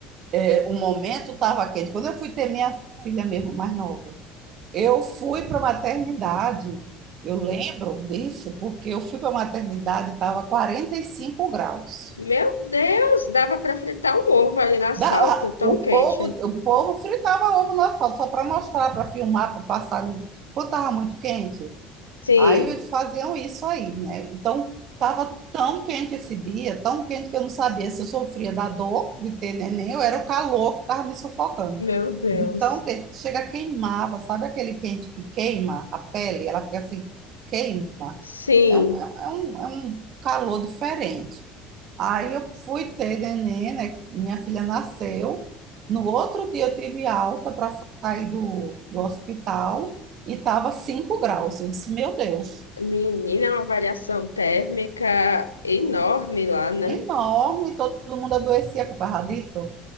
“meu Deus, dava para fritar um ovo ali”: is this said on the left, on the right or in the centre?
Left